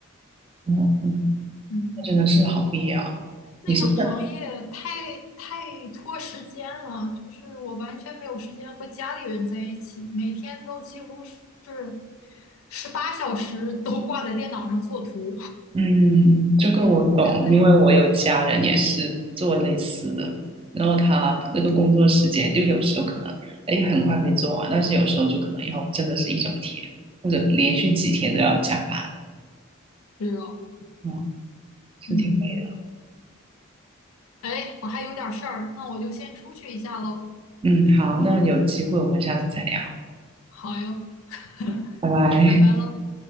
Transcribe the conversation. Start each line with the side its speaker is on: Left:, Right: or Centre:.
Right: 嗯，
Left: 嗯。
Right: 那真的是好必要。
Left: 嗯那个行业太太拖时间了，
Right: 你是在
Left: 就是我完全没有时间和家里人在一起，每天都几乎是十八小时都挂在电脑上做图，
Right: 嗯，这个我懂，
Left: 特别累。
Right: 因为我有家人也是做类似的，然后他那个工作时间就有时候可能，哎，很快可以做完，但是有时候就可能要真的是一整天，或者连续几天都要加班，
Left: 是哦，
Right: 嗯，是挺累的。
Left: 嗯，哎，我还有点事儿，那我就先出去一下喽。
Right: 嗯，好，那有机会我们下次再聊，
Left: 好哟，<laughs>
Right: 拜拜。
Left: 拜拜喽。